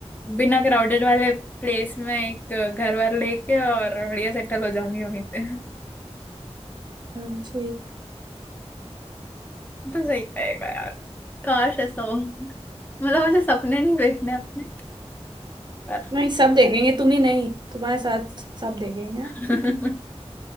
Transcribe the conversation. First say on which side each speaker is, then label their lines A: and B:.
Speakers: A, on the left; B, on the right.
A: बिना क्राउडेड वाले प्लेस में एक घर वर लेके और बढ़िया सेटल हो जाऊंगी वहीं पे
B: हाँ, ठीक है।
A: तो सही रहेगा यार काश ऐसा हो मतलब मुझे सपने नहीं देखने अपने पर
B: नहीं सब देखेंगे तुम ही नहीं तुम्हारे साथ सब देखेंगे
A: <laughs>
B: <laughs>